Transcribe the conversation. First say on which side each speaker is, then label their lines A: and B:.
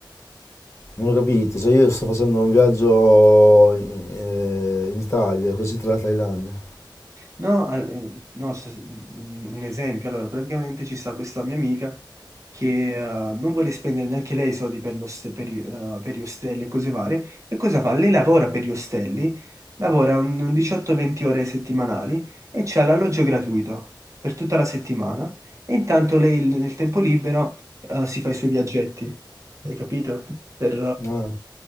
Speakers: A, on the left; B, on the right.
A: Non ho capito, se io sto facendo un viaggio in, eh, in Italia, così tra la Thailandia.
B: No, al- eh, no, s- un un esempio, allora praticamente ci sta questa mia amica che eh, non vuole spendere neanche lei soldi per, lo st- per, i- eh, per gli ostelli e cose varie, e cosa fa? Lei lavora per gli ostelli, lavora un un 18-20 ore settimanali e c'ha l'alloggio gratuito per tutta la settimana e intanto lei il- nel tempo libero eh, si fa i suoi viaggetti, hai capito? Per,
A: No,